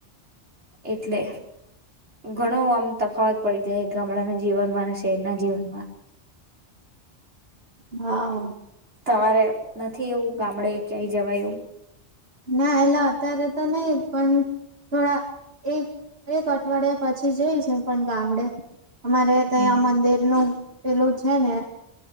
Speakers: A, on the right (about 90°); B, on the right (about 65°).
A: એટલે ઘણો આમ તફાવત પડી જાય ગામડાના જીવનમાં અને શહેરના જીવનમાં.
B: હા.
A: તમારે નથી એવું ગામડે ક્યાંય જવા એવું?
B: ના એલે અત્યારે તો નઈ પણ થોડા એક એક અઠવાડિયા પછી જઈશ હું પણ ગામડે. અમારે
A: એવું
B: ત્યાંયા મંદિર નું પેલું છે ને